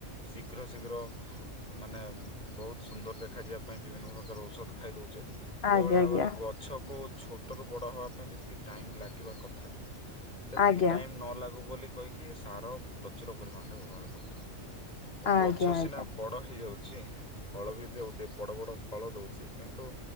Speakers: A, on the left; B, on the left.
A: ଶୀଘ୍ର ଶୀଘ୍ର ମାନେ ବହୁତ ସୁନ୍ଦର ଦେଖାଯିବା ପାଇଁ ବିଭିନ୍ନ ପ୍ରକାର ଔଷଧ ଖାଇ ଦଉଛେ ସେଭଳିଆ
B: ଆଜ୍ଞା
A: ଆମର
B: ଆଜ୍ଞା
A: ଗଛ କୁ ଛୋଟ ରୁ ବଡ ହବା ପାଇଁ ଯେତିକି ଟାଇମ ଲାଗିବା କଥା ସେତିକି
B: ଆଜ୍ଞା
A: ଟାଇମ ନ ଲାଗୁ ବୋଲି କହିକି ସାର ପ୍ରଚୁର ପରିମାଣରେ ବ୍ୟବହାର କରୁଛନ୍ତି। ତ
B: ଆଜ୍ଞା
A: ଗଛ
B: ଆଜ୍ଞା।
A: ସିନା ବଡ ହେଇଯାଉଛି ଫଳ ବି ଦଉ ଟେ ବଡ ବଡ ଫଳ ଦୋଉଛି କିନ୍ତୁ